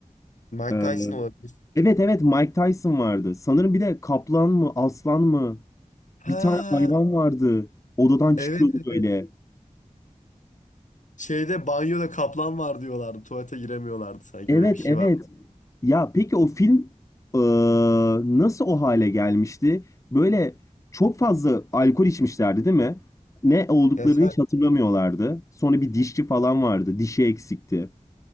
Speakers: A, on the left; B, on the left.
A: Mike
B: E,
A: Tyson olabilir.
B: evet evet Mike Tyson vardı. Sanırım bir de kaplan mı aslan mı?
A: Ha
B: Bir tane hayvan vardı. Odadan çıkıyordu
A: evet
B: böyle.
A: evet. Şeyde banyoda kaplan var diyorlardı. Tuvalete giremiyorlardı sanki
B: Evet
A: öyle bir şey
B: evet.
A: vardı.
B: Ya peki o film e, nasıl o hale gelmişti? Böyle çok fazla alkol içmişlerdi değil mi? Ne olduklarını
A: Ya sen-
B: hiç hatırlamıyorlardı. Sonra bir dişçi falan vardı. Dişi eksikti.